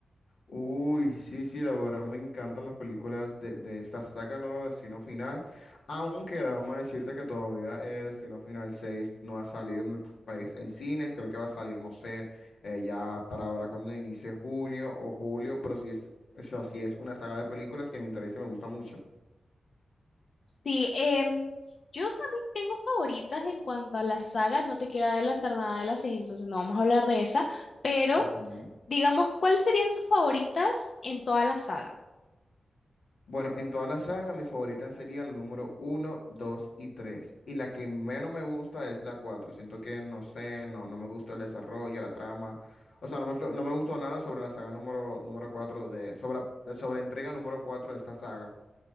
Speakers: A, on the left; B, on the left.
A: Uy, sí, sí, la verdad me encantan las películas de, de esta saga, ¿no? Destino Final. Aunque vamos a decirte que todavía eh, Destino Final seis no ha salido en mi país en cines. Creo que va a salir, no sé, eh, ya para ahora cuando inicie junio o julio. Pero sí es, o sea, sí es una saga de películas que me interesa y me gusta mucho.
B: Sí, em, yo también tengo favoritas en cuanto a la saga, no te quiero adelantar nada de las 6, entonces no vamos a hablar de esa, pero
A: Ujú.
B: digamos, ¿cuáles serían tus favoritas en toda la saga?
A: Bueno, en toda la saga, mis favoritas serían el número uno, 2 y 3, Y la que menos me gusta es la 4. Siento que, no sé, no, no me gustó el desarrollo, la trama. O sea, no me, no me gustó nada sobre la saga número, número 4 de, sobre, sobre entrega número 4 de esta saga.